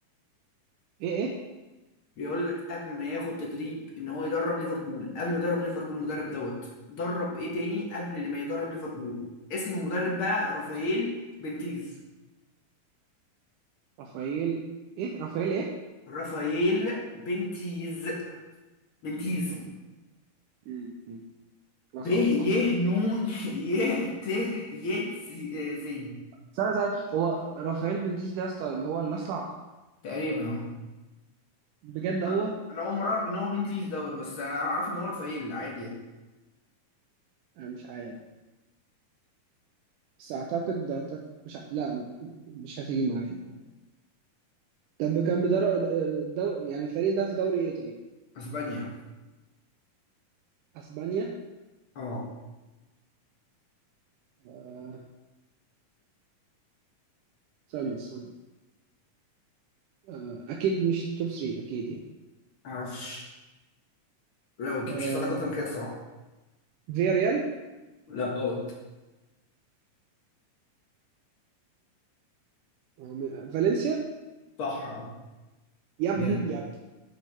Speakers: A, on the right; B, on the left.
A: ايه ايه
B: بيقول لك قبل ما ياخد تدريب ان هو يدرب ليفربول قبل ما يدرب ليفربول المدرب دوت درب ايه تاني قبل ما يدرب ليفربول اسم المدرب بقى رافائيل بنتيز
A: رافائيل ايه رافائيل ايه
B: رافائيل بنتيز بنتيز
A: مم، مم. خلاص
B: ب
A: اهو رافائيل
B: ي نون <laughs> ي ت ي س- آه، زين
A: استنى استنى هو رافائيل بنتيس ده يا اسطى اللي هو اللي اصلع
B: تقريبا اهو
A: بجد هو
B: آه، انا اول مره اعرف ان هو بنتيز دوت بس انا عارف ان هو رافائيل عادي يعني
A: انا مش عارف بس اعتقد اعتقد مش ع... لا مش هتيجي معايا دي طب كان بدر... آه، دو... يعني الفريق ده في دوري ايه طيب؟
B: اسبانيا
A: اسبانيا؟
B: اه
A: آه، استنى استنى آه، اكيد مش توب 3 اكيد يعني
B: معرفش لو
A: آه،
B: مش هساعدك اكتر من كده الصراحه
A: فيا ريال
B: لا غلط
A: آه، م- فالنسيا
B: صح اه
A: يا ابن
B: جامد
A: يا